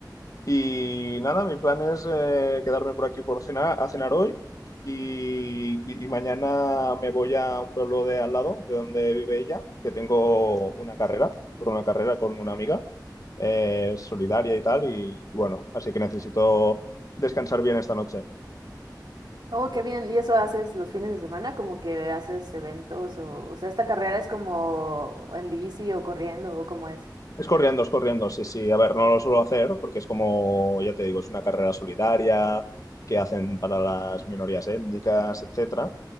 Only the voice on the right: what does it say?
Oh, qué bien, ¿y eso haces los fines de semana? Como que haces eventos o, o sea, esta carrera es como en bici o corriendo o cómo es.